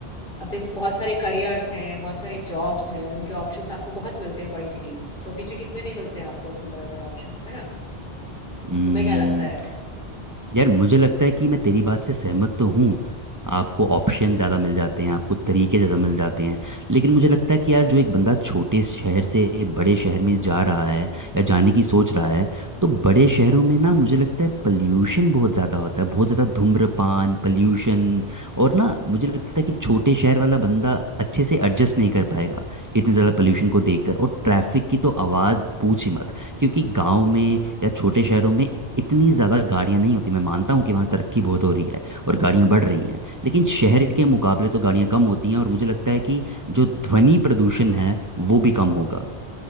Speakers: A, on the left; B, on the right.
A: अब देखो बहुत सारे करियर्स हैं बहुत सारे जॉब्स हैं उनके ऑप्शंस आपको बहुत मिलते हैं बड़ी सिटीज में छोटी सिटीज में नहीं मिलते हैं आपको उतने बड़े बड़े ऑप्शंस है ना
B: हम्म
A: तुम्हें क्या लगता है
B: यार मुझे लगता है कि मैं तेरी बात से सहमत तो हूँ आपको ऑप्शन ज़्यादा मिल जाते हैं आपको तरीके ज़्यादा मिल जाते हैं लेकिन मुझे लगता है कि यार जो एक बंदा छोटे शहर से बड़े शहर में जा रहा है या जाने की सोच रहा है तो बड़े शहरों में ना मुझे लगता है पल्यूशन बहुत ज़्यादा होता है बहुत ज़्यादा धूम्रपान पल्यूशन और ना मुझे लगता है कि छोटे शहर वाला बंदा अच्छे से एडजस्ट नहीं कर पाएगा इतने ज़्यादा पल्यूशन को देखकर और ट्रैफिक की तो आवाज़ पूछ ही मत क्योंकि गाँव में या छोटे शहरों में इतनी ज़्यादा गाड़ियाँ नहीं होती मैं मानता हूँ कि वहाँ तरक्की बहुत हो रही है और गाड़ियाँ बढ़ रही हैं लेकिन शहर के मुकाबले तो गाड़ियाँ कम होती हैं और मुझे लगता है कि जो ध्वनि प्रदूषण है वो भी कम होगा